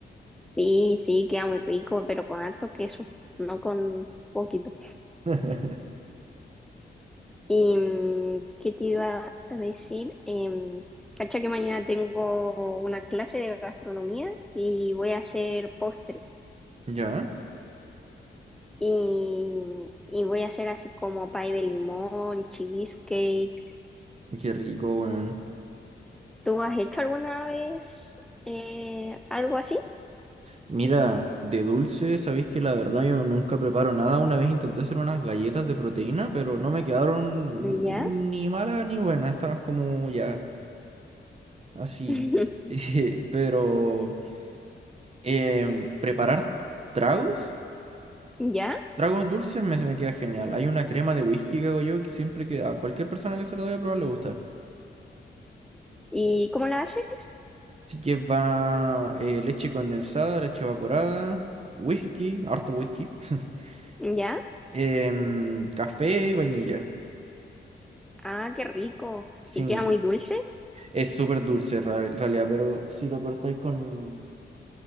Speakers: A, in the centre; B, on the right.
A: Sí, sí, queda muy rico, pero con harto queso, no con poquito.
B: <laughs>
A: ¿Y mm, qué te iba a decir? Em, cacha que mañana tengo una clase de gastronomía y voy a hacer postres.
B: Ya,
A: y, y voy a hacer así como pie de limón, cheesecake.
B: qué rico, weón.
A: ¿Tú has hecho alguna vez eh, algo así?
B: Mira, de dulce, sabéis que la verdad yo nunca preparo nada. Una vez intenté hacer unas galletas de proteína, pero no me quedaron
A: ¿Ya?
B: ni malas ni buenas. Estaban como ya así.
A: <laughs>
B: <laughs> Pero em, preparar tragos,
A: ¿Ya?
B: tragos dulces me, se me queda genial. Hay una crema de whisky que hago yo que siempre que a cualquier persona que se lo debe probar le gusta.
A: ¿Y cómo la haces?
B: Así que va eh, leche condensada, leche evaporada, whisky, harto whisky, <laughs>
A: ¿Ya?
B: em, café y vainilla.
A: Ah, qué rico.
B: Sí.
A: ¿Y queda muy dulce?
B: Es súper dulce ra- en realidad, pero si lo cortáis con,